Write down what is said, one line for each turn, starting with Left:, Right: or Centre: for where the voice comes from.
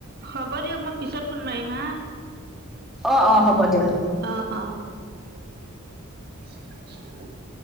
Right: হ'ব দিয়ক মই পিছত ফোন মাৰিম হা।
Centre: অ অ হ'ব দিয়া।
Right: অ অ। <unintelligible>